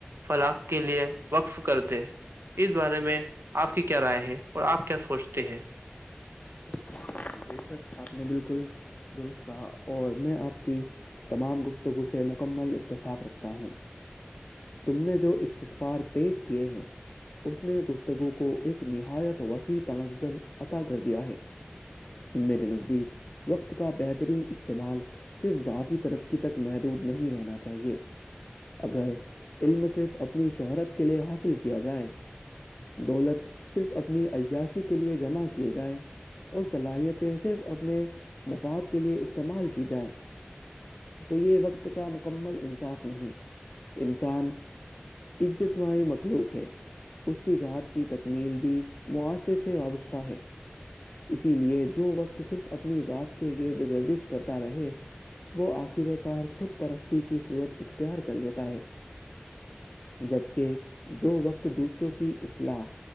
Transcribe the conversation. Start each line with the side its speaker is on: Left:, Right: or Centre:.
Right: فلاخ کے لیے وقف کر دے اس بارے میں آپ کی کیا رائے ہے اور آپ کیا سوچتے ہیں
Left: ج بے شک آپ نے بالکل درست کہا اور میں آپ کی تمام گفتگو سے مکمل اتفاق رکھتا ہوں تم نے جو استفار پیش کیے ہیں اس نے گفتگو کو ایک نہایت وسیع تنظر عطا کر دیا ہے میرے نزدیک وقت کا بہترین استعمال صرف ذاتی ترقی تک محدود نہیں رہنا چاہیے اگر علم صرف اپنی شہرت کے لیے حاصل کیا جائے دولت صرف اپنی عیاشی کے لیئے جمع کیے جائے اور صلاحیتیں صرف اپنے مفاد کے لیے استعمال کی جائیں تو یہ وقت کا مکمل انصاف نہیں انسان عزت ماہی مخلوق ہے اس کی ذات کی تکمیل بھی معاشرے سے وابستہ ہے اسی لیے جو وقت صرف اپنی ذات کے گرد گردش کرتا رہے وہ آخر کار خود پرستی کی صورت اختیار کر لیتا ہے جبکہ جو وقت دوسروں کی اصلاح